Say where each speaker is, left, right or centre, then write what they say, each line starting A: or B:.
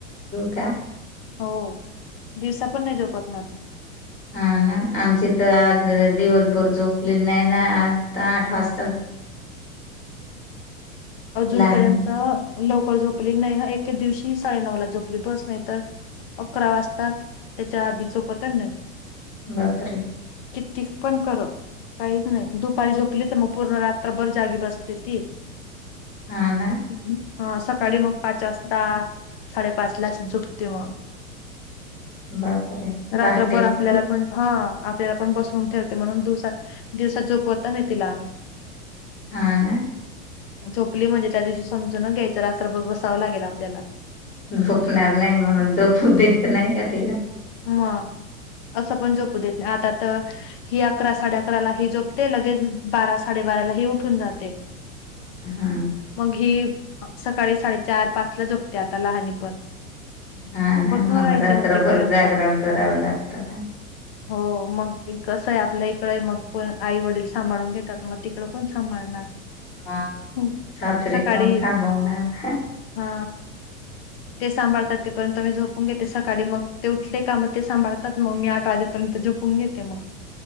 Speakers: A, on the left (about 20°); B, on the left (about 45°).
A: का
B: हो दिवसा पण नाय झोपत ना ती.
A: हा ना आमची तर आज दिवसभर झोपली नाही ना आज. आठ वाज
B: अजून
A: लहान
B: पर्यंत लवकर झोप. झोपली नाही ना एके दिवशी साडेनऊ ला झोपली बस नाही तर. अकरा वाजतात. त्याच्या आधी झोपतच नाय.
A: बापरे.
B: किती पण कर काहीच नाही दुपारी झोपली तर मग. पूर्ण रात्रभर जागी बसते ती.
A: हा ना
B: ह् हम् हा सका सकाळी मग पाच वाजता. साडेपाचलाच झोपती मग.
A: बापरे
B: रात्रभर
A: पहाटे
B: आपल्याला पण हा आप त्याला पण बसवून ठेवते म्हणून दुसा दिवसाात झोपवता. न तिला आम्ही
A: हा ना
B: झोपली म्हणजे त्या दिवशी समज घ्यायच रात्रर बसावं लागेल. आपल्याला
A: झोपणार नाही म्हणून झोपू देत नाही का तिला?
B: मग असं पण झोपू देत नाही, आता तर हि अकरा- साडे अकराला हि झोपते, लगेच बारा स साडेबाराला ही उठून जाते.
A: हा
B: मग हि सकाळी साडेचार-पाच ला झो पते, आता लहाने पण
A: हा ना
B: बसून
A: मग,
B: राहायचं
A: रात्रभर
B: तेपर्यंत
A: जागरण करावं लागतं का.
B: हो, मग कसं आहे आपल्या इकडे आहे मग कोण आई वडील सांभाळून घेतात. मग तिकडं कोण सांभाळणार.
A: हा,
B: हं.
A: सासरी
B: सकाळी
A: कोण सांभाळणार हा.
B: हा ते सांभाळतात तेपर्यंत मी ते सांभाळतात तेपर्यंत मी झोपून घेते, सकाळी मग ते उठले का मग ते सांभाळतात मग मी आठ वाजेपर्यंत झोपून घेते मग.